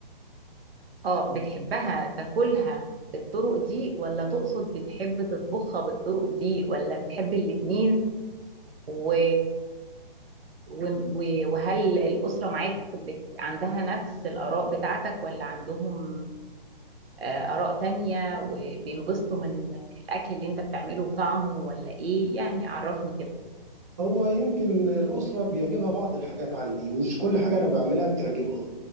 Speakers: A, on the right; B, on the right.
A: اه بتحبها تاكلها بالطرق دي ولا تقصد بتحب تطبخها بالطرق دي ولا بتحب الاتنين و و- و- وهل الأسرة معاك بت- عندها نفس الآراء بتاعتك ولا عندهم آه، آراء تانية وبينبسطوا من الأكل اللي أنت بتعمله وطعمه ولا إيه يعني عرفني كده
B: هو يمكن الأسرة بيعجبها بعض الحاجات عندي مش كل حاجة أنا بعملها بتعجبهم